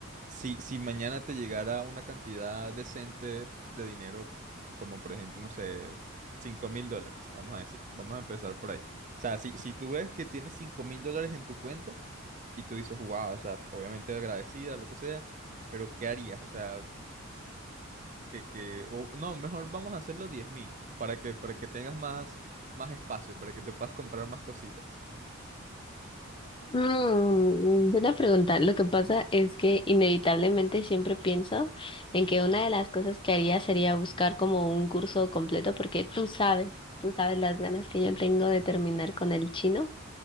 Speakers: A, on the right; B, on the left.
A: Si, si mañana te llegara una cantidad decente de dinero, como por ejemplo, no sé, cinco mil dólares, vamos a decir, vamos a empezar por ahí. O sea, si, si tú ves que tienes cinco mil dólares en tu cuenta y tú dices, wow, o sea, obviamente agradecida, lo que sea, pero ¿qué harías? O sea, que, que o- no, mejor vamos a hacerlo 10.000 para que, para que tengas más, más espacio, para que te puedas comprar más cositas.
B: Mm, buena pregunta. Lo que pasa es que inevitablemente siempre pienso en que una de las cosas que haría sería buscar como un curso completo porque tú sabes, tú sabes las ganas que yo tengo de terminar con el chino.